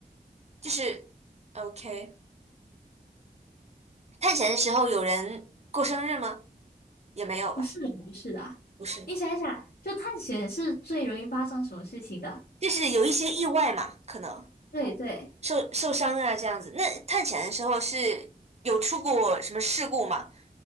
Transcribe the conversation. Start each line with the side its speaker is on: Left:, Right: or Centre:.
Right: 就是，OK，探险的时候有人过生日吗？也没有吧，
Left: 不是不是的啊你想一想，
Right: 不是吧？
Left: 就探险是最容易发生什么事情的？
Right: 就是有一些意外嘛，可能
Left: 对对，
Right: 受受伤啊这样子。那探险的时候是有出过什么事故吗？